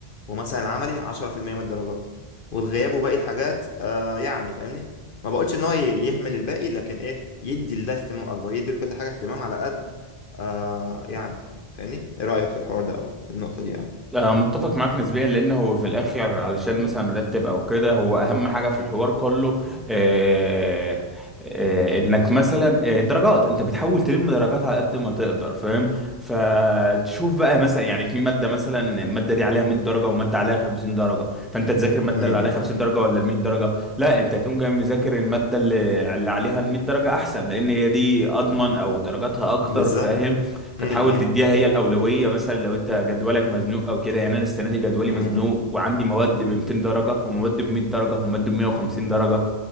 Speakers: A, on the left; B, in the centre.
A: ومثلا العملي 10% من الدرجات والغياب وباقي الحاجات آه يعني فاهمني ما بقولش ان هو ي- يهمل الباقي لكن ايه يدي لده اهتمام اكبر يدي لكل حاجه اهتمام على قد آه يعني فاهمني ايه رايك في الحوار ده او في النقطه دي او
B: آه، متفق معاك نسبيا لان هو في الاخر علشان مثلا نرتب او كده هو اهم حاجه في الحوار كله آه آه انك مثلا آه، درجات انت بتحاول تلم درجات على قد ما تقدر فاهم فتشوف بقى مثلا يعني في ماده مثلا الماده دي عليها 100 درجه وماده عليها 50 درجه فانت تذاكر الماده
A: م- م.
B: اللي عليها 50 درجه ولا ال 100 درجه لا انت تقوم جاي مذاكر الماده اللي, اللي عليها ال 100 درجه احسن لان هي دي اضمن او درجاتها اكتر
A: بالظبط
B: فاهم فتحاول
A: م-
B: تديها
A: م.
B: هي الأولوية مثلا لو أنت جدولك مزنوق أو كده يعني أنا السنة دي جدولي
A: م-
B: مزنوق
A: م.
B: وعندي مواد ب 200 درجة ومواد ب 100 درجة ومواد ب 150 درجة